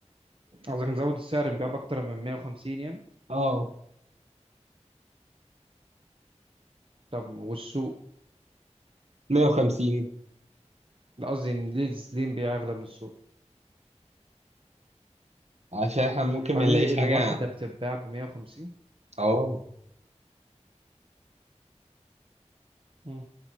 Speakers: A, on the right; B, on the right.
A: قصدك مزود السعر نبيع بأكتر من 150 يعني
B: اه
A: طب والسوق
B: 150
A: لا قصدي إن ليه ليه نبيع أغلى من السوق
B: عشان احنا ممكن
A: بعدين
B: ما نلاقيش
A: الواحدة
B: حاجه
A: بتتباع ب 150
B: اه
A: مم.